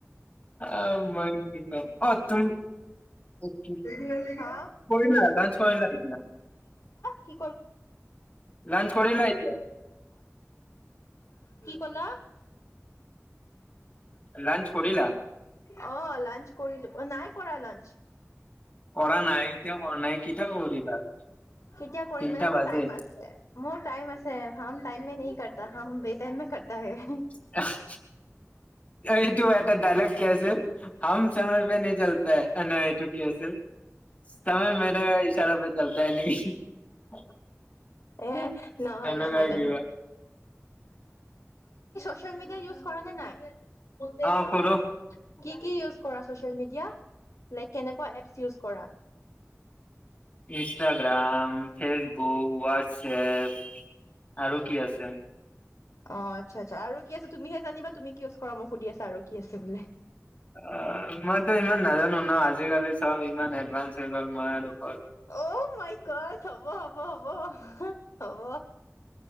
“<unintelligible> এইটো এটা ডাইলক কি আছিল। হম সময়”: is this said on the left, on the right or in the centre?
Left